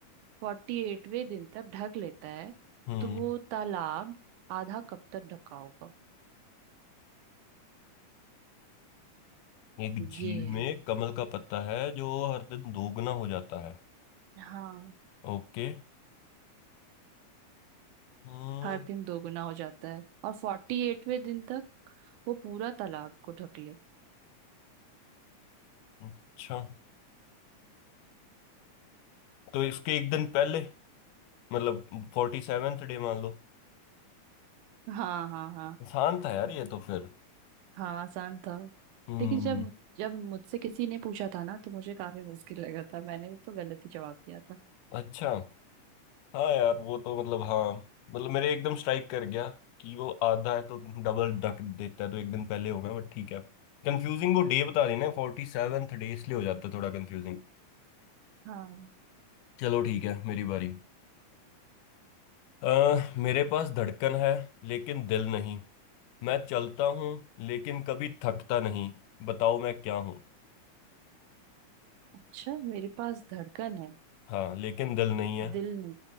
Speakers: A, on the right (about 80°); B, on the left (about 85°).
A: फोर्टी एटवें दिन तक ढक लेता है
B: हम्म
A: तो वो तालाब आधा कब तक ढका होगा
B: एक झील
A: ये
B: में
A: है
B: कमल का पत्ता है जो हर दिन दोगुना हो जाता है
A: हाँ
B: ओके हम्म
A: हर दिन दोगुना हो जाता है और फोर्टी एटवें दिन तक वो पूरा तालाब को ढक ले
B: अच्छा तो इसके एक दिन पहले मतलब फोर्टी सेवेंथ डे मान लो
A: हाँ हाँ हाँ
B: आसान था यार ये तो फिर
A: हाँ आसान था
B: हम्म
A: लेकिन जब जब मुझसे किसी ने पूछा था ना तो मुझे काफी मुश्किल लगा था मैंने तो गलत ही जवाब दिया था
B: अच्छा हाँ यार वो तो मतलब हाँ मतलब मेरे एकदम स्ट्राइक कर गया कि वो आधा है तो डबल रख देता है तो एक दिन पहले होगा बट ठीक है कंफ्यूजिंग वो डे बता देना फोर्टी सेवेंथ डे इसलिए हो जाता है थोड़ा कंफ्यूजिंग
A: हाँ
B: चलो ठीक है मेरी बारी अ, मेरे पास धड़कन है लेकिन दिल नहीं मैं चलता हूँ लेकिन कभी थकता नहीं बताओ मैं क्या हूँ
A: अच्छा मेरे पास धड़कन है
B: हाँ लेकिन दिल नहीं है
A: दिल